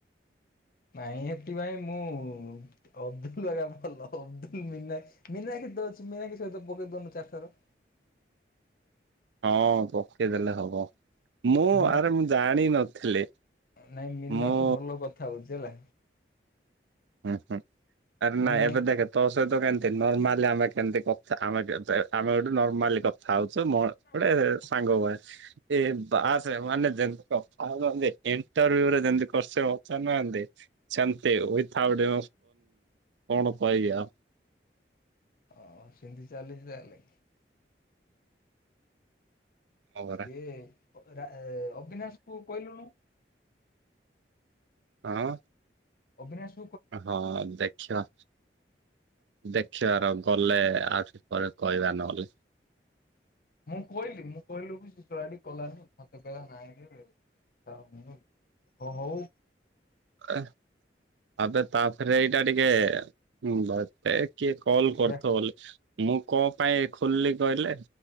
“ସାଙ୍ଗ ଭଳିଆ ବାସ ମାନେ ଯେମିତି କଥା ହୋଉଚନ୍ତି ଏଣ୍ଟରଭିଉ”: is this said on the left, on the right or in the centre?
Right